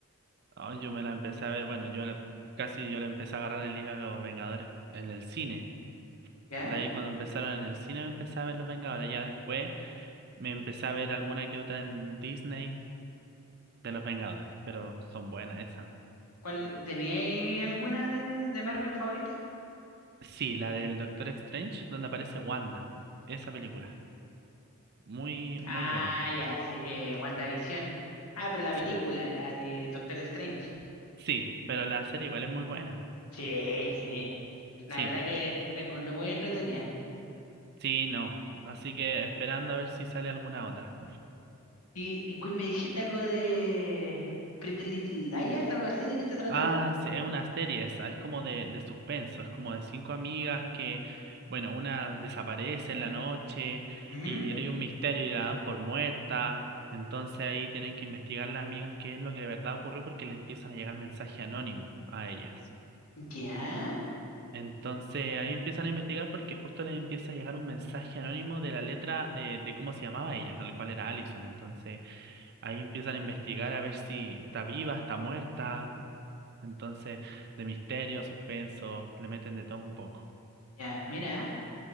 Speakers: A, on the right (about 45°); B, on the left (about 85°).
A: Ah, yo me la empecé a ver, bueno, yo la- casi yo le empecé a agarrar el hilo a los Vengadores en el cine.
B: ¿Ya?
A: De ahí cuando empezaron en el cine me empecé a ver los Vengadores. Ya después me empecé a ver alguna que otra en Disney de los Vengadores, pero son buenas esas.
B: ¿Cuál, teníais alguna de, de Marvel favorita?
A: Sí, la del Doctor Strange, donde aparece Wanda. Esa película. Muy,
B: Ah,
A: muy buena.
B: ya, sí, eh, WandaVision. Ah, pero la
A: Sí.
B: película, la de Doctor Strange.
A: Sí, pero la serie igual es muy buena.
B: Sí, sí. La
A: Sí,
B: verdad que la encontré muy entretenida.
A: sí, no. Así que esperando a ver si sale alguna otra.
B: Y, y Queen, me dijiste algo de Pretty Little Liars, algo así, ¿de qué se trata?
A: Ah, sí, es una serie esa, es como de, de suspenso, es como de cinco amigas que, bueno, una desaparece en la noche
B: Ujú.
A: y hay un misterio y la dan por muerta, entonces ahí tienen que investigar las amigas qué es lo que de verdad ocurrió porque le empiezan a llegar mensajes anónimos a ellas.
B: Ya,
A: Entonces ahí empiezan a investigar porque justo les empieza a llegar un mensaje anónimo de la letra eh, de cómo se llamaba ella, al cual era Allison, entonces ahí empiezan a investigar a ver si está viva, está muerta. Entonces, de misterio, suspenso, le meten de todo un poco.
B: ya, mira.